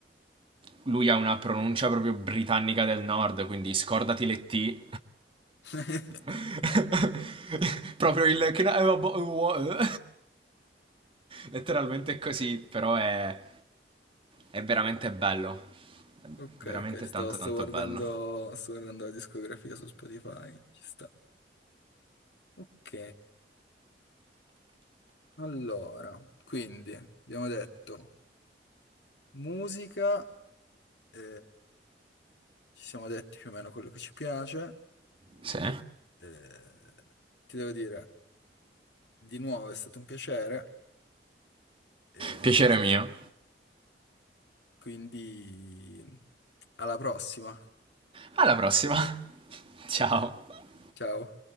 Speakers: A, on the right; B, on the left.
A: lui ha una pronuncia proprio britannica del nord, quindi scordati le T.
B: <laughs>
A: <laughs> proprio il... Can I have a bo- Letteralmente è così, però è, è veramente bello. È
B: Ok,
A: veramente
B: ok, sto,
A: tanto
B: sto
A: tanto
B: guardando,
A: bello.
B: sto guardando la discografia su Spotify, ci sta. Ok, allora, quindi abbiamo detto musica, eh, ci siamo detti più o meno quello che ci piace,
A: Sì.
B: eh, ti devo dire, di nuovo è stato un piacere, eh,
A: Piacere mio.
B: quindi alla prossima.
A: Alla prossima. <laughs> Ciao.
B: Ciao.